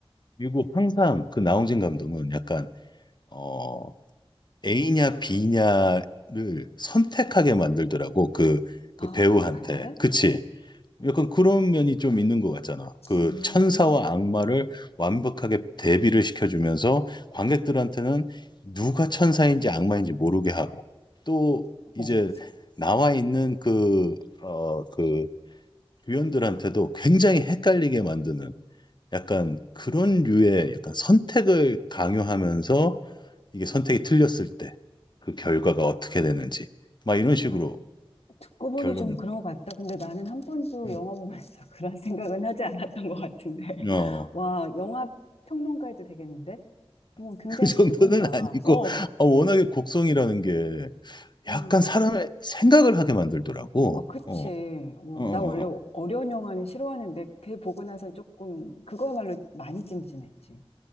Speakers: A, on the left; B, on the left.
A: 그리고 항상 그 나홍진 감독은 약간 어 A냐 B냐를 선택하게 만들더라고 그
B: 아,
A: 그 배우한테
B: 그래?
A: 그치? 약간 그런 면이 좀 있는 것 같잖아. 그
B: 음,
A: 천사와 악마를 완벽하게 대비를 시켜주면서 관객들한테는 누가 천사인지 악마인지 모르게 하고 또
B: 어머.
A: 이제 나와 있는 그 어, 그 유연들한테도 굉장히 헷갈리게 만드는 약간 그런 류의 약간 선택을 강요하면서 이게 선택이 틀렸을 때 그 결과가 어떻게 되는지 막 이런 식으로
B: 어, 듣고 보니
A: 결론
B: 좀 그런 것 같다. 근데 나는 한 번도
A: 음.
B: 영화 보면서 <laughs> 그런 생각은 하지 않았던 것 같은데. <laughs>
A: 어,
B: 와, 영화 평론가에도 되겠는데? 어,
A: <laughs>
B: 굉장히
A: 그 정도는
B: 잘 본다.
A: 아니고
B: 어,
A: 아, 워낙에 곡성이라는 게
B: 음.
A: 약간 사람의 생각을 하게 만들더라고.
B: 어, 그치.
A: 어, 어,
B: 어,
A: 어.
B: 나 원래
A: 어.
B: 어려운 영화는 싫어하는데 걔 보고 나선 조금 그거야말로 많이 찜찜했지.